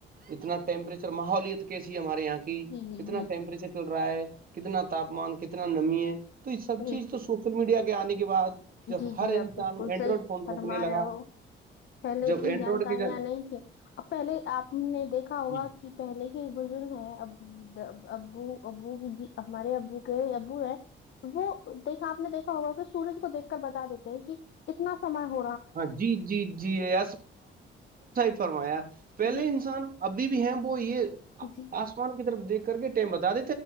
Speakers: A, on the right; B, on the left.
A: اتنا ٹمپریچر ماحول ہمارے یہاں کی
B: جی جی
A: اتنا
B: جی
A: پیمپری سے گڈ بائے اتنا تابان کتنا نمی ہے تو یہ سب چیز
B: جی
A: تو سوشل میڈیا کے انے کے بعد جب
B: جی
A: ہر
B: جی
A: انسان
B: اپ بالکل
A: اینڈرائڈ
B: صحیح
A: فون
B: فرما
A: رکھنے لگا
B: رہے ہو پہلے
A: جب
B: اتنی
A: اینڈرائڈ
B: جانکاریاں
A: کے
B: نہیں تھی اب پہلے ہی اپ نے دیکھا ہوگا
A: جی
B: کہ پہلے کے بزرگ ہے اب ابو ابو جی ہمارے ابو کے ابو ہیں وہ دیکھ اپ نے دیکھا ہوگا کہ سورج کو دیکھ کر بتا دیتے ہیں جی اتنا سامان ہے
A: جی جی فرمایا پہلے
B: جی
A: انسان ابھی بھی ہیں وہ یہ
B: جی
A: اسمان کی طرف دیکھ کر کے بتا دے